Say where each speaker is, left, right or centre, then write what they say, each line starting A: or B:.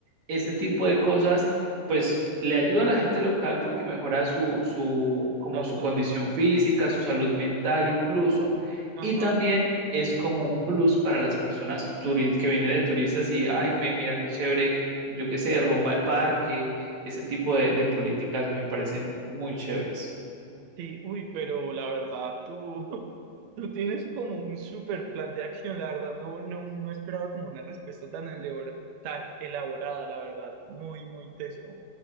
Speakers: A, on the right (about 45°); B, on the right (about 80°).
A: este tipo de cosas, pues le ayuda a la gente local porque mejora su, su, como
B: salud.
A: su condición física, su salud mental incluso,
B: Ajá.
A: y también es como un plus para las personas turi- que vienen de turistas y, ay, ven, mira qué chévere yo qué sé, rumba al parque, ese tipo de, de políticas me parecen muy chéveres.
B: Sí, uy, pero la verdad, tú, <laughs> tú tienes como un super plan de acción, la verdad, no, no, no esperaba como una respuesta tan elabora- tan elaborada, la verdad, muy, muy teso.